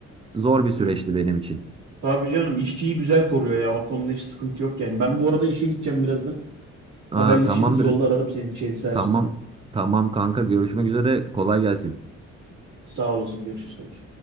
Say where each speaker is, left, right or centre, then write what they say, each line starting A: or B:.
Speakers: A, on the right; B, on the right.
A: zor bir süreçti
B: Hı.
A: benim için.
B: Tabii canım işçiyi güzel koruyor ya. O konuda hiç sıkıntı yok yani. Ben bu arada işe gideceğim birazdan.
A: Aa,
B: Haberleşiriz.
A: tamamdır.
B: Yolda ararım seni şeyde serviste.
A: Tamam. Tamam kanka görüşmek üzere. Kolay gelsin.
B: Sağ olasın. Görüşürüz kanka.